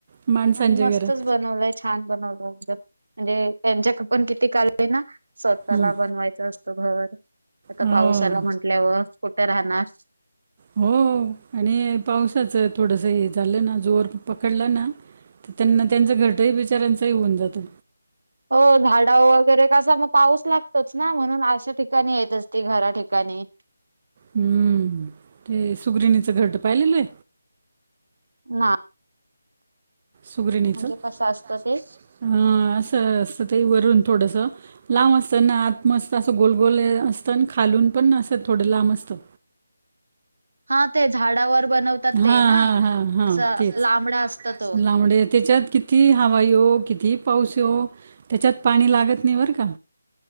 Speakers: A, on the right; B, on the right.
A: माणसांच्या
B: आणि मस्तच
A: घरात
B: बनवलाय. छान बनवल एकदम म्हणजे त्यांच्याकड पण किती कलते ना स्वतःला
A: हम्म.
B: बनवायचं अस घर आता
A: हो.
B: पाऊस आला म्हंटल्यावर कुठे राहणार?
A: हो आणि पावसाचं थोडंस हे झालं ना जोर पकडलं ना तर त्यांना त्यांचं घरटही बिचाऱ्यांचं हे होऊन जातं.
B: हो झाडा वगैरे कसा मग पाऊस लागतोच ना म्हणून अशा ठिकाणी येत असते घरा ठिकाणी.
A: हम्म ते सुगरिणीचं घरट पाहिलेलंय?
B: ना.
A: सुगरिणीच
B: म्हणजे
A: अ
B: कसं असतं ते
A: असं असत ते वरून थोडस लांब असतं ना आत मस्त असं गोलगोल असतं आणि खालून पण असं थोडं लांब असतं.
B: हा ते झाडावर बनवतात
A: हा
B: ते ना
A: हा हा
B: असं
A: तेच
B: लांबडा असत तो
A: लांबड त्याच्यात की कितीही हवा येवो, कितीही पाऊस येवो त्याच्यात पाणी लागत नाही बरं का.